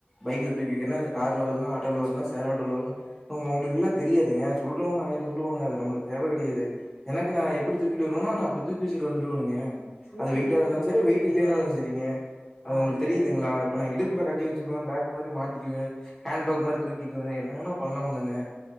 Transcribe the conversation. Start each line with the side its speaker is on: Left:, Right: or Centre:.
Centre: பைக்ல தூக்கிகினா கார்ல வரணா ஆட்டோல வரணா சேர் ஆட்டோல வரனா உங்களுக்குல்ல தெரியாதுங்க சொல்றவங்க ஆயிரம் சொல்லுவாங்க அது நம்ளுக்கு தேவ கெடையாது எனக்கு ந எப்படி தூக்கிட்டு வரனோ நா அப்டி தூக்கி வச்ட்டு வந்துருவேனுங்க
Left: சேரி
Centre: அது வெயிடிட்டா
Left: சேரிங்க
Centre: இருந்தாலு சரி வெயிட் யில்லனாலு
Left: அதா அதா
Centre: சரிங்க அது
Left: ஆ
Centre: உங்ளுக்கு தெரியுதுங்களா
Left: சேரிங்க
Centre: இப்ப இடுப் ல கட்டி வச்சக்வே பேக் மாரி மாட்டிக்வே ஹேண்ட்பேக் மாரி தூக்கிக்குவே என்னவேனா பண்ணலாம்லங்க